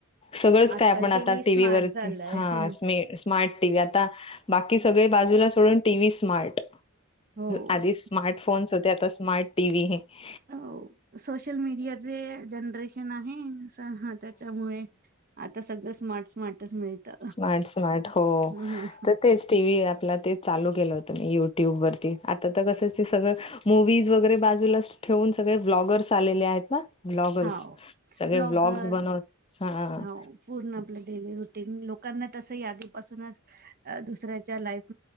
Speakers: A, on the left; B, on the right.
A: सगळंच
B: आजकाल
A: काय आपण आता
B: टीव्ही स्मार्ट
A: टी व्ही वरती
B: झालाय
A: हा
B: हम्म.
A: स्मार्ट टी व्ही आता बाकी सगळे बाजूला सोडून टी व्ही स्मार्ट
B: हो.
A: आदी स्मार्ट फोन्स होते आता स्मार्ट टी व्ही. ह
B: हो सोशल मीडियाचे जनरेशन आहे असा हा त्याच्यामुळे त सगळं स्मार्ट स्मार्टच मिळतं.
A: स्मार्ट-स्मार्ट हो
B: हम्म
A: तर तेच टी व्ही आपला ते चालू केलं होत मी यु ट्यूब वरती आता तर कसं ते सगळं मूवीज वगैरे बाजूला ठेवून सगळे व्लॉगर्स आलेले आहेत ना. ब्लॉगर्स
B: हाव
A: सगळे
B: ब्लॉगर
A: ब्लॉग्स बनवत हा
B: हो पूर्ण आपलं डेली रू टीन लोकांना तसही आदी पासूनच दुसऱ्याच्या लाईफ